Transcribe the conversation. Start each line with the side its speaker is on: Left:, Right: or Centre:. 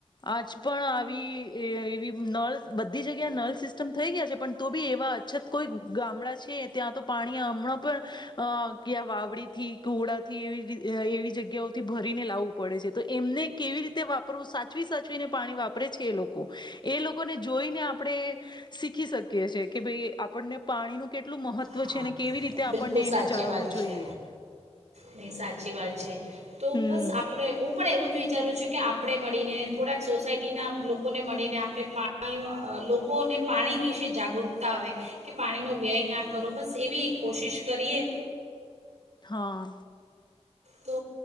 Left: આજ પણ આવી એવી નળ બધી જગ્યા નળ સિસ્ટમ થઈ ગયા છે પણ તો બી એવા અછત કોઈ ગામડા છે ત્યાં તો પાણી હમણાં પણ ક્યા વાવડી થી કુડા થી એ જગ્યા જગ્યાથી ભરીને લાવવું પડે છે તો એમને કેવી રીતે વાપરવું સાચવી સાચવીને પાણી વાપરે છે એ લોકો એ લોકોને જોઈને આપણે શીખી શકીએ છ છે કે ભાઈ આપણને પાણીનું કેટું કેટલું મહત્વ
Right: હા
Left: છે કેવી રીતે
Right: બિલકુલ
Left: આપણને
Right: સાચી
Left: એને જાળવવું
Right: વાત છે
Left: જોઈએ
Right: નહી સાચી વાત છે તો
Left: હમ
Right: બસ આપડે હું પણ એવું જ વિચારું છું કે આપણે મળીને થોડાક સોસાયટીના લોકોને મળીને આપણે પાણી લોકોને પાણી વિશે જાગૃતતા આવે કે પાણીનો વ્યય ના બરોબસ એવી એક કોશિશ કરીએ
Left: હા
Right: તો